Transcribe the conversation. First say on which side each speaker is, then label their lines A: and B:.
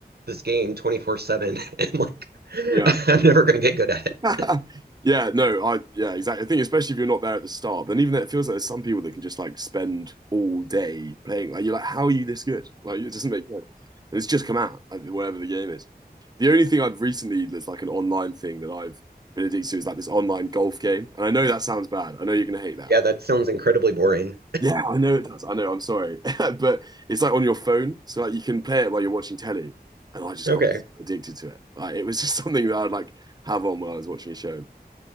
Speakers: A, on the right; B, on the right.
A: this game 24/7, <laughs> and like <laughs>
B: yeah,
A: I'm never gonna get good at
B: yeah.
A: it.
B: <laughs> Yeah, no, I yeah, exactly. I think especially if you're not there at the start, then even though it feels like there's some people that can just like spend all day playing. Like you're like, how are you this good? Like it doesn't make sense. And it's just come out, like, whatever the game is. The only thing I've recently that's like an online thing that I've been addicted to is like this online golf game. And I know that sounds bad. I know you're gonna hate that.
A: Yeah, that sounds incredibly boring.
B: Yeah, I know it does. I know. I'm sorry, <laughs> but it's like on your phone, so like you can play it while you're watching telly, and I just
A: Okay.
B: got so addicted to it. Like it was just <laughs> something that I'd like have on while I was watching a show